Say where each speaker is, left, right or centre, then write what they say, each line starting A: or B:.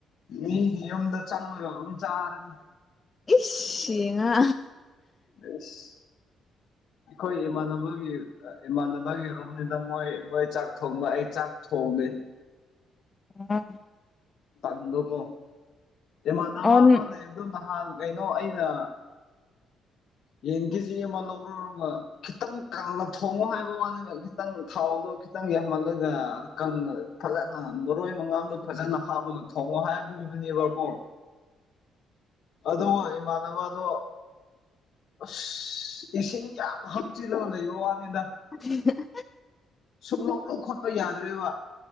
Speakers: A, on the left (about 70°); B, on the left (about 25°).
A: ꯃꯤꯗꯤ ꯌꯨꯝꯗ ꯆꯪꯉꯒ ꯑꯗꯨꯝ ꯆꯥꯔꯅꯤ
B: ꯏꯁꯤ ꯉ
A: ꯄꯨꯁ
B: <inaudible>
A: ꯑꯩꯈꯣꯏ ꯏꯃꯥꯟꯅꯕꯒꯤ ꯏꯃꯥꯟꯅꯕꯒꯤ ꯔꯨꯝꯅꯤꯅ ꯃꯣꯏ ꯃꯣꯏ ꯆꯥꯛ ꯊꯣꯡꯕ ꯑꯩ ꯆꯥꯛ ꯊꯣꯡꯗꯦ
B: ꯑ
A: ꯇꯗꯣꯀꯣ ꯃꯅꯅ
B: ꯑꯣ ꯎꯝ
A: ꯑꯗꯨ ꯅꯍꯥꯟ ꯀꯩꯅꯣ ꯑꯩꯅ꯫
B: <inaudible>
A: ꯌꯦꯟ ꯀꯦꯖꯤ ꯑꯃ ꯂꯧꯔꯨꯔꯒ ꯈꯤꯇꯪ ꯀꯪꯅ ꯊꯣꯡꯉꯣ ꯍꯥꯏꯕ ꯋꯥꯅꯦꯕ ꯈꯤꯇꯪ ꯊꯥꯎꯗꯣ ꯈꯤꯇꯪ ꯌꯥꯝꯍꯜꯂꯒ ꯀꯪꯅ ꯐꯖꯅ ꯃꯔꯣꯏ ꯃꯉꯥꯡꯗꯣ ꯐꯖꯅ꯫ ꯊꯥꯕꯒ ꯊꯣꯡꯉꯑꯣ ꯍꯥꯏꯕꯅꯦꯕꯀꯣ ꯑꯗꯣ ꯏꯃꯥꯟꯅꯕꯗꯣ ꯑꯁ ꯏꯁꯤꯡ ꯌꯥꯝ ꯍꯥꯞꯆꯤꯜꯂꯒ ꯂꯩꯕꯣ ꯋꯥꯅꯤꯗ꯫
B: <unintelligible>
A: ꯁꯨꯝꯂꯧ ꯂꯧ ꯈꯣꯠꯄ ꯌꯥꯗ꯭ꯔꯦꯕ